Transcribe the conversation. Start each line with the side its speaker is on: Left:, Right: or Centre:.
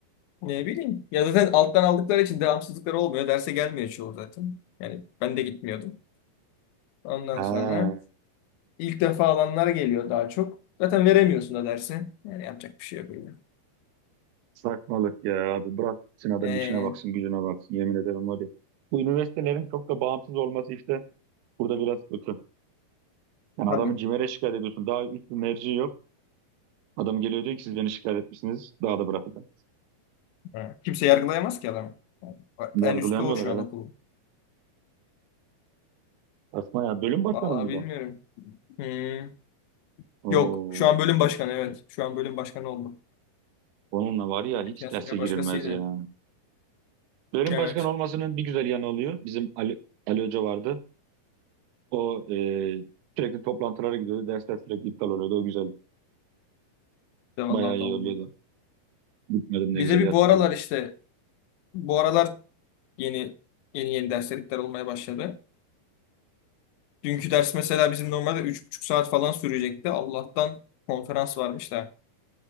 Left: Ne bileyim. Ya zaten alttan aldıkları için devamsızlıkları olmuyor. Derse gelmiyor çoğu zaten. Yani ben de gitmiyordum. Ondan
Right: Ha,
Left: sonra İlk defa alanlar geliyor daha çok. Zaten veremiyorsun da dersi. Yani yapacak bir şey yok öyle.
Right: saçmalık ya abi. Bıraksın adam
Left: Ee,
Right: işine baksın, gücüne baksın. Yemin ederim var ya. Bu üniversitelerin çok da bağımsız olması işte burada biraz kötü. Yani
Left: tabii.
Right: adamı CİMER'e şikayet ediyorsun. Daha üst bir merci yok. Adam geliyor diyor ki siz beni şikayet etmişsiniz. Daha da bırakacağım.
Left: Ha. Kimse yargılayamaz ki adamı. Bak,
Right: Yargılayamıyorlar
Left: En üstte o şu
Right: evet.
Left: an okulu.
Right: Asma ya. Bölüm başkanı
Left: Vallahi
Right: mı bir
Left: bilmiyorum.
Right: de?
Left: Hmm.
Right: Oo.
Left: Yok. Şu an bölüm başkanı evet. Şu an bölüm başkanı oldu.
Right: Onunla var ya hiç
Left: Geçen sene
Right: derse girilmez
Left: başkasıydı.
Right: ya. Bölüm
Left: Evet.
Right: başkanı olmasının bir güzel yanı oluyor. Bizim Ali, Ali Hoca vardı. O e, sürekli toplantılara gidiyordu. Dersler sürekli iptal oluyordu. O güzel.
Left: Bir De
Right: Bayağı
Left: vallahi
Right: iyi
Left: dolmuyor.
Right: oluyordu. Gitmedim ne
Left: Bize
Right: güzel
Left: bir
Right: yatıyordum
Left: bu aralar
Right: ya.
Left: işte bu aralar yeni yeni yeni derslikler olmaya başladı. Dünkü ders mesela bizim normalde üç buçuk saat falan sürecekti. Allah'tan konferans varmış da.